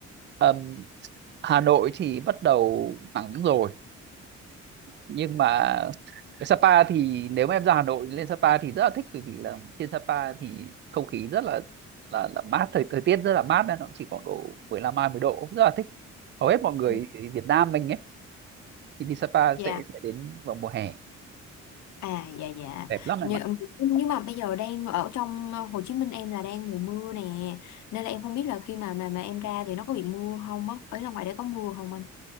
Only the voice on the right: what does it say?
Ờm, Hà Nội thì bắt đầu nắng rồi nhưng mà cái Sapa thì nếu mà em ra Hà Nội lên Sapa thì rất là thích bởi vì là trên Sapa thì không khí rất là là, là mát thời thời tiết rất là mát nên nó chỉ khoảng độ 15 20 độ rất là thích hầu hết mọi người
Việt Nam mình ấy thì đi Sapa sẽ
sẽ đến vào mùa hè
đẹp lắm em
ạ